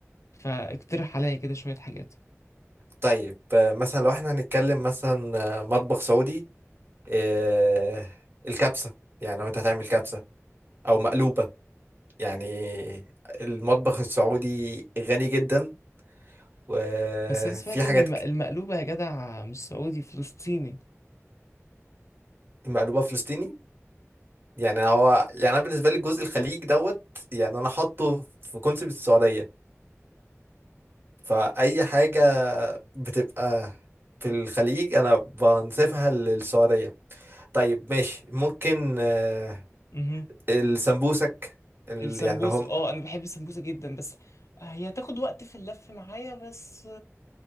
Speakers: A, on the left; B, on the right.
A: فاقترح عليا كده شوية حاجات
B: طيب آه، مثلا لو احنا هنتكلم مثلا آه، مطبخ سعودي آه، الكبسة يعني لو انت هتعمل كبسة او مقلوبة يعني المطبخ السعودي غني جدا وفي
A: بس أنا سمعت
B: حاجات
A: إن الم-
B: ك-
A: المقلوبة يا جدع مش سعودي فلسطيني
B: مقلوبة فلسطيني يعني هو يعني انا بالنسبة لي جزء الخليج دوت يعني انا حاطه في كونسيبت السعودية فأي حاجة بتبقى في الخليج أنا بنسيبها للسعودية طيب ماشي ممكن آه،
A: امم
B: السمبوسك ال...
A: السمبوسة
B: يعني لو هم
A: اه أنا بحب السمبوسة جدا بس هي تاخد وقت في اللف معايا بس